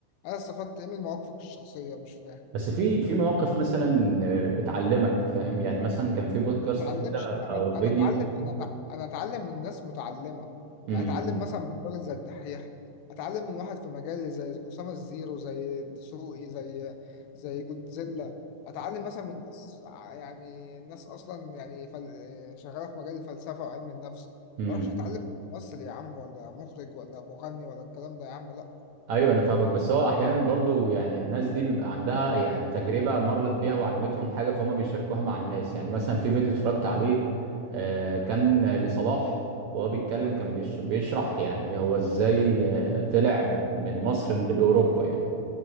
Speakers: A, on the left (about 85°); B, on the right (about 80°).
A: انا استفدت ايه من مواقفك الشخصيه مش فاهم
B: بس في في مواقف مثلا آه، بتعلمك فاهم يعني مثلا كان في بودكاست
A: ما اتعلمش
B: كده او
A: انا
B: فيديو
A: انا اتعلم انا أتع- انا اتعلم من ناس متعلمه
B: امم
A: يعني اتعلم مثلا من راجل زي الدحيح اتعلم من واحد في مجالي زي اسامه الزيرو زي دسوقي زي زي جودزيلا اتعلم مثلا من ناس ع- يعني ناس اصلا يعني فل... شغاله في مجال الفلسفه وعلم النفس
B: امم
A: ما اروحش اتعلم من ممثل يا عم ولا مخرج ولا مغني ولا الكلام ده يا عم لا
B: ايوه انا فاهمك بس هو احيانا برضو يعني الناس دي بيبقى عندها يعني تجربه مرت بيها وعلمتهم حاجه فهم بيشاركوها مع الناس يعني مثلا في فيديو اتفرجت عليه آه، كان لصلاح وهو بيتكلم كان بيش- بيشرح يعني هو ازاي آه، طلع من من مصر ل- لاوروبا يعني